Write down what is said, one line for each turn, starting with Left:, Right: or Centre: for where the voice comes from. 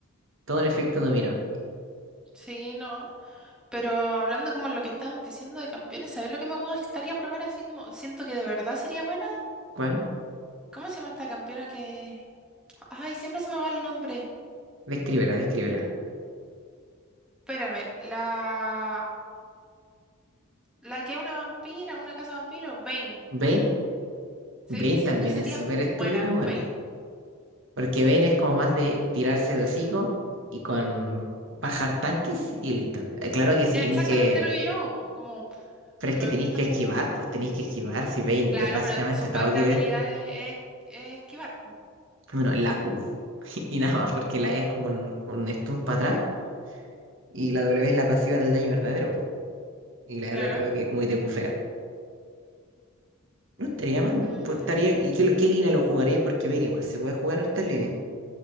Right: todo un efecto dominó.
Centre: Sí, no. Pero hablando como lo que estábamos diciendo de campeones, ¿sabes lo que me gustaría probar así como siento que de verdad sería bueno?
Right: ¿Cuál?
Centre: ¿Cómo se llama esta campeona que...? Ay, siempre se me va el nombre.
Right: Descríbela, descríbela.
Centre: Espérame, la... La que es una vampira, una casa vampiro, Vayne.
Right: Vayne, Vayne
Centre: ¿Sabéis que siento
Right: también
Centre: que sería
Right: es súper estúpido
Centre: buena
Right: igual.
Centre: con Vayne?
Right: Porque Vayne es como más de tirarse de hocico y con bajar tanques y listo. Eh, Claro que sí
Centre: Que
Right: tenéis
Centre: es exactamente
Right: que,
Centre: lo que yo hago, po, Como
Right: pero
Centre: me
Right: es que
Centre: gusta...
Right: tenéis que esquivar, pues tenéis que esquivar si Vayne
Centre: Claro,
Right: es básicamente
Centre: pero su
Right: todo
Centre: pack de
Right: que idea.
Centre: habilidades es, es esquivar, pues.
Right: Bueno, la Q. <laughs> Y nada más, porque la E es como un, un stun para atrás y la W es la pasiva del daño verdadero. Y la
Centre: Claro.
Right: R creo que como que te bufea. No estaría mal,
Centre: Mm,
Right: pues estaría. ¿Y qué, qué línea lo jugaría Porque ven igual, se puede jugar hartas líneas.